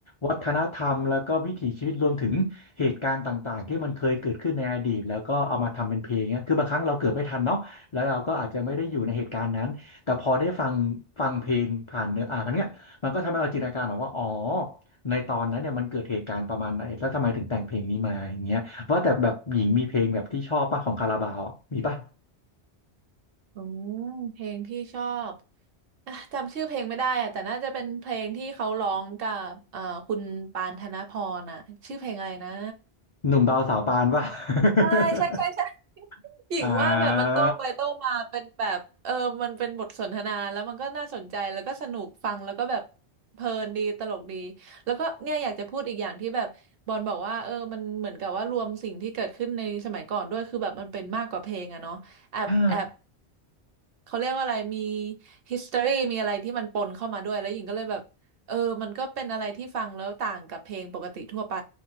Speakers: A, on the left; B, on the right.
A: วัฒนธรรมแล้วก็วิถีชีวิตรวมถึงเหตุการณ์ต่างๆที่มันเคยเกิดขึ้นในอดีตแล้วก็เอามาทำเป็นเพลงเนี้ยคือบางครั้งเราเกิดไม่ทันเนาะแล้วเราก็อาจจะไม่ได้อยู่ในเหตุการณ์นั้นแต่พอได้ฟังฟังเพลงผ่านเนื้ออ่านเนี้ยมันก็ทำให้เราจินตนาการออกว่าอ๋อในตอนนั้นเนี่ยมันเกิดเหตุการณ์ประมาณไหนแล้วทำไมถึงแต่งเพลงนี้มาอย่างเงี้ยว่าแต่แบบหญิงมีเพลงแบบที่ชอบป่ะของคาราบาวอะมีป่ะ <laughs>
B: อืมเพลงที่ชอบอ่ะจำชื่อเพลงไม่ได้อ่ะแต่น่าจะเป็นเพลงที่เขาร้องกับเอ่อคุณปานธนพรอ่ะชื่อเพลงอะไรนะ
A: หนุ่มบาวสาวปานป่ะ <laughs>
B: ใช่ใช่ใช่ใช่ <laughs> หญิงว่าแบบมันโต้ไปโต้มาเป็นแบบเออมันเป็นบทสนทนาแล้วมันก็น่าสนใจแล้วก็สนุกฟังแล้วก็แบบ
A: อ่า
B: เพลินดีตลกดีแล้วก็เนี่ยอยากจะพูดอีกอย่างที่แบบบอลบอกว่าเออมันเหมือนกับว่ารวมสิ่งที่เกิดขึ้นในสมัยก่อนด้วยคือแบบมันเป็นมากกว่าเพลงอะเนาะแอบแอบ
A: ใช่
B: เขาเรียกว่าอะไรมี history มีอะไรที่มันปนเข้ามาด้วยแล้วหญิงก็เลยแบบเออมันก็เป็นอะไรที่ฟังแล้วต่างกับเพลงปกติทั่วไป